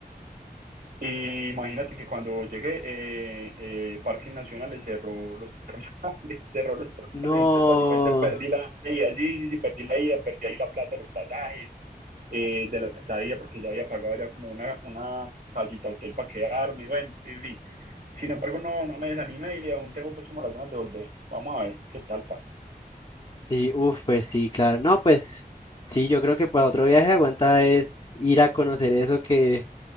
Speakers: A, on the right (about 80°); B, on the left (about 30°).
A: Y imagínate que cuando llegué, eh, eh, Parques Nacionales cerró los termales, <laughs> cerró los termales,
B: no,
A: entonces básicamente perdí la ida, sí, sí, sí, perdí la ida, perdí ahí la plata, los pasajes, eh, de la estadía, porque ya había pagado ya como una, una casita hotel para quedarme, bueno, en fin. Sin embargo, no, no me desanimé y aún tengo pues como las ganas de volver. Vamos a ver qué tal pasa,
B: sí, uf, pues sí, claro, no, pues sí, yo creo que para otro viaje aguanta es ir a conocer eso que,